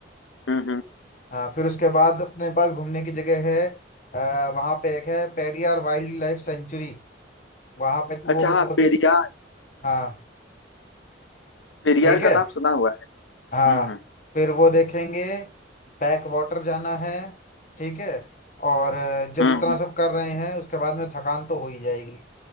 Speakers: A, on the left; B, on the left.
A: हम्म हम्म
B: हाँ फिर उसके बाद अपने पास घूमने की जगह है आ, वहाँ पे एक है पेरियार वाइल्ड लाइफ सेंचुरी वहाँ पे वो
A: अच्छा हाँ
B: वो
A: पेरियार
B: देख हाँ
A: पेरियार
B: ठीक है
A: का नाम सुना हुआ है
B: हाँ
A: हम्म हम्म
B: फिर वो देखेंगे बैक वाटर जाना है ठीक है और अ, जब
A: हम्म,
B: इतना सब कर रहे हैं उसके बाद में थकान तो हो ही जाएगी